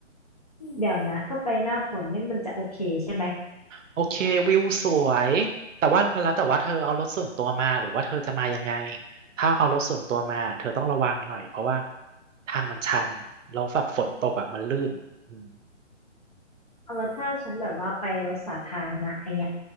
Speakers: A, on the left; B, on the right.
A: เดี๋ยวนะถ้าไปหน้าฝนนี่มันจะโอเคใช่ไหม
B: โอเควิวสวยแต่ว่ามันแล้วแต่ว่าเธอเอารถส่วนตัวมาหรือว่าเธอจะมายังไงถ้าเอารถส่วนตัวมาเธอต้องระวังหน่อยเพราะว่าทางมันชันแล้วแบบฝนตกอ่ะมันลื่นอืม
A: เอาแล้วถ้าฉันแบบว่าไปรถสาธารณะไอเงี้ย